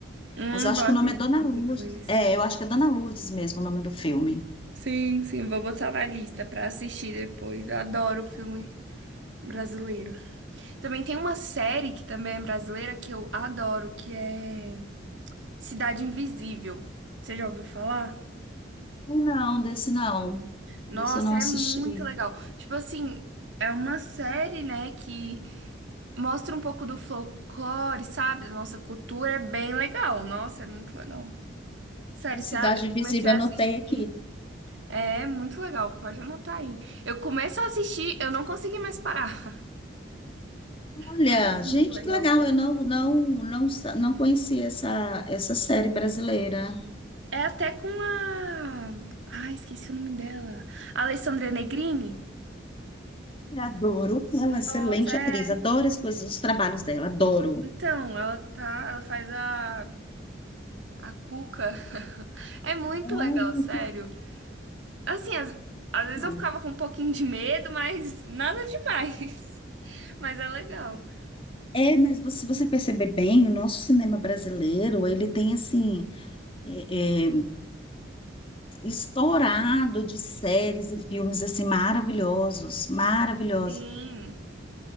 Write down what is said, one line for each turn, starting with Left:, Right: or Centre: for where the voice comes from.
Right: Hum,
Left: mas eu acho
Right: vou assistir
Left: que o nome é Dona Lourdes,
Right: depois.
Left: é, eu acho que é Dona Lourdes mesmo o nome do filme.
Right: Sim, sim, vou botar na lista pra assistir depois. Eu adoro filme brasileiro. Também tem uma série que também é brasileira que eu adoro, que é Cidade Invisível. Você já ouviu falar?
Left: Não, desse não,
Right: Nossa,
Left: desse eu não assisti.
Right: é muito legal. Tipo assim, é uma série, né, que mostra um pouco do folclore, sabe? Da nossa cultura, é bem legal. Nossa, é muito legal. Sério,
Left: É
Right: se
Left: Cidade
Right: a- eu
Left: Invisível,
Right: comecei a
Left: anotei
Right: assistir.
Left: aqui.
Right: É muito legal, pode anotar aí. Eu começo a assistir, eu não consegui mais parar. <laughs>
Left: Olha,
Right: É muito
Left: gente,
Right: legal.
Left: que legal, eu não não não sa- não conhecia essa essa série brasileira.
Right: É até com a. Ai, esqueci o nome dela. Alessandra Negrini?
Left: Eu adoro ela, excelente
Right: Nossa, é.
Left: atriz, adoro as coisas, os trabalhos dela, adoro.
Right: Então, ela tá. Ela faz a. A Cuca. <laughs> É muito
Left: Ai,
Right: legal, sério.
Left: que
Right: Assim, às, às vezes
Left: legal.
Right: eu ficava com um pouquinho de medo, mas nada demais. <laughs> Mas é legal.
Left: É, mas você- se você perceber bem, o nosso cinema brasileiro, ele tem, assim, é, é, estourado de séries e filmes, assim, maravilhosos, maravilhosos.
Right: Sim,